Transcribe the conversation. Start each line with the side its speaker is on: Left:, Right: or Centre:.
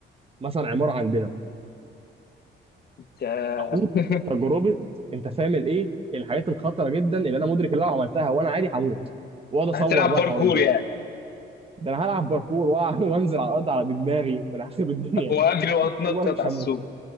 Right: مثلا عماره عندنا
Left: انت
Right: اخوض
Left: <laughs>
Right: تجربه انت فاهم الايه الحاجات الخطره جدا اللي انا مدرك اللي انا لو عملتها وانا عادي هموت واقعد اصور
Left: هتلعب
Right: بقى
Left: باركور
Right: الحوارات دي
Left: يعني
Right: ده انا هلعب باركور وأقع- <laughs> وانزل على الارض على بدماغي ده انا هخرب الدنيا
Left: واجري واتنطط
Right: <laughs> طول ما انا مش
Left: على
Right: هموت
Left: السور